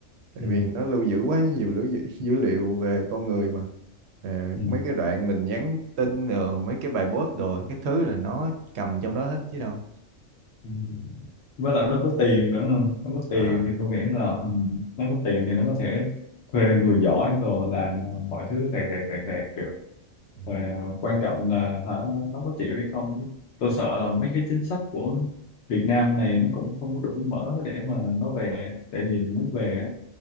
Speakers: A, on the right; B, on the left.
A: tại
B: Ừ.
A: vì nó lưu giữ quá nhiều dữ, dữ, <laughs> dữ liệu về con người mà Ờ,
B: Ừ.
A: mấy cái đoạn mình nhắn tin rồi mấy cái bài post đồ cái thứ là nó cầm trong đó hết chứ đâu
B: Ừ. với lại nó có tiền nữa hơn nó có
A: Ờ,
B: tiền thì tôi nghĩ là ừ, nó có tiền thì nó có thể thuê người giỏi rồi làm ờ, mọi thứ rẹt rẹt rẹt rẹt được
A: ừ,
B: rồi ờ, quan trọng là hả nó có chịu hay không chứ tôi sợ là mấy cái chính sách của Việt Nam này nó cũng không có đủ mở để mà nó về tại vì muốn về á,